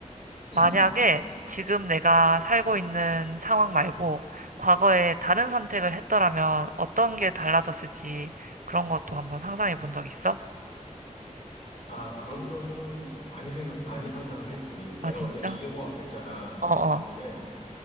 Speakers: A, on the left; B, on the right.
A: 음.
B: 만약에 지금 내가 살고 있는 상황 말고, 과거에 다른 선택을 했더라면 어떤 게 달라졌을지 그런 것도 한번 상상해 본 적 있어?
A: 아, 그런 경우는 많이 생각, 많이 상상을 했지. 내가
B: 아, 진짜?
A: 원래 기계공학 했잖아.
B: 어, 어,
A: 근데